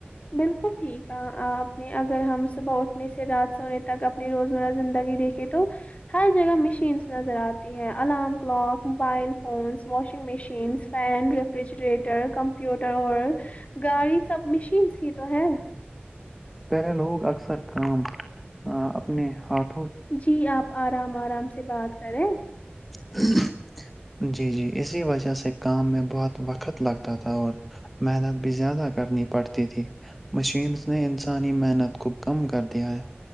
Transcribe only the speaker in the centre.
پہلے لوگ اکثر کام آ اپنے ہاتھ
<unintelligible> جی جی اسی وجہ سے کام میں بہت وقت لگتا تھا اور محنت بھی زیادہ کرنی پڑتی تھی مشینس نے ان سانی محنت کو کم کر دیا ہے